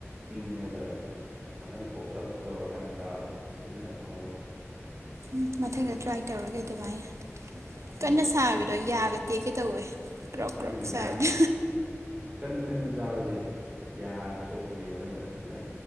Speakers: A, on the right; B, on the right.
A: ꯇꯤꯡꯉꯒ ꯉꯥꯛꯇꯪ ꯄꯣꯞꯇꯛ ꯇꯧꯔꯀꯥꯟꯗ ꯆꯥꯕ ꯁꯤ ꯑꯗꯨ ꯌꯥꯝ ꯍꯧꯋꯦ
B: ꯝ ꯃꯊꯪꯗ ꯇ꯭ꯔꯥꯏ ꯇꯧꯔꯒꯦ ꯑꯗꯨꯃꯥꯏꯅ
A: ꯑꯧ
B: ꯀꯟꯅ ꯁꯥꯕꯤꯗꯣ ꯌꯥꯒ ꯇꯦꯛ ꯀꯩ ꯇꯧꯋꯦ ꯀ꯭ꯔꯛ
A: ꯃꯥꯅꯤ
B: ꯀ꯭ꯔꯛ
A: ꯌꯥ
B: ꯁꯥꯗ
A: ꯑꯀꯟ ꯑꯀꯟꯕ ꯆꯥꯕꯁꯦ ꯌꯥ ꯁꯣꯛꯄꯅꯦꯕ ꯑꯗꯨꯅ ꯈꯤꯇꯪ